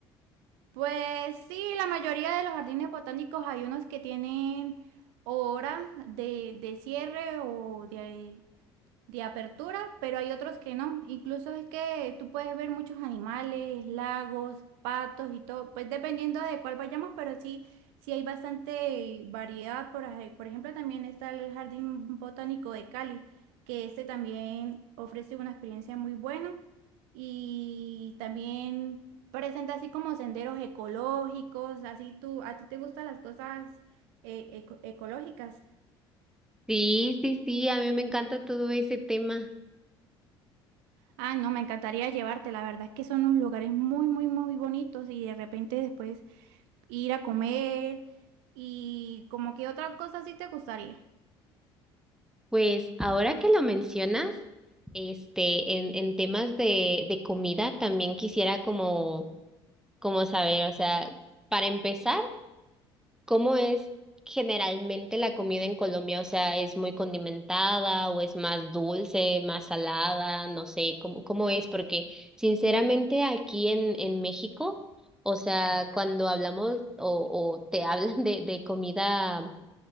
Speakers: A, on the right; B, in the centre.
A: Pues sí, la mayoría de los jardines botánicos hay unos que tienen hora de, de cierre o de... de apertura, pero hay otros que no. Incluso es que tú puedes ver muchos animales, lagos, patos y todo, pues dependiendo de cuál vayamos, pero sí, sí hay bastante variedad. Por, ej- por ejemplo, también está el Jardín Botánico de Cali, que este también ofrece una experiencia muy buena y también presenta así como senderos ecológicos, así tú, a ti te gustan las cosas eh, eco- ecológicas.
B: Sí, sí, sí, a mí me encanta todo ese tema.
A: Ah, no, me encantaría llevarte. La verdad es que son unos lugares muy, muy, muy bonitos y de repente después ir a comer y como que otra cosa sí te gustaría.
B: Pues ahora que lo mencionas, este, en, en temas de, de comida, también quisiera como, como saber, o sea, para empezar, ¿Cómo es generalmente la comida en Colombia? O sea, ¿es muy condimentada o es más dulce, más salada? No sé, ¿cómo, cómo es? Porque sinceramente aquí en, en México, o sea, cuando hablamos o, o te <laughs> hablan de, de comida